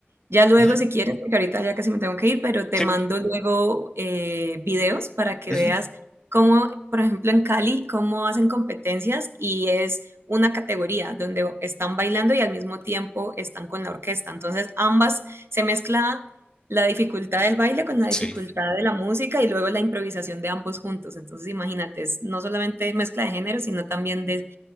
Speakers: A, on the right; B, on the left.
A: ya luego
B: Ujú,
A: si quieres, porque ahorita ya casi me tengo que ir, pero te
B: sí,
A: mando luego eh, videos para que
B: ujú.
A: veas cómo, por ejemplo, en Cali, cómo hacen competencias y es una categoría donde están bailando y al mismo tiempo están con la orquesta. Entonces ambas se mezcla la dificultad del baile con la
B: Sí,
A: dificultad de la música y luego la improvisación de ambos juntos. Entonces imagínate, es no solamente mezcla de géneros, sino también de,